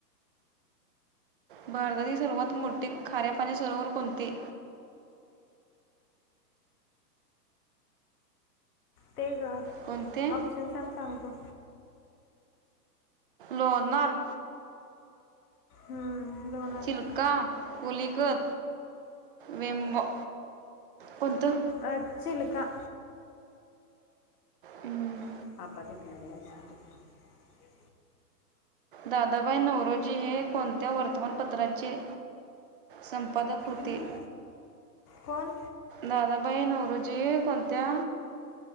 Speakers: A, on the right (about 35°); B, on the left (about 60°).
A: भारतातील सर्वात मोठे खाऱ्यापाणी सरोवर कोणती?
B: ते ग
A: कोणते?
B: ऑप्शन पण सांगतो.
A: लोणार.
B: हम्म. लोणार
A: चिलका पुुली. क वें <unintelligible> कोणतं?
B: अ चिलका.
A: हम्म,
B: <unintelligible>
A: दादा भाई नवरोजी हे कोणत्या वर्तमानपत्राचे सं पादक होते.
B: हम्म, कोण?
A: दादा भाई नवरजी कोणत्या,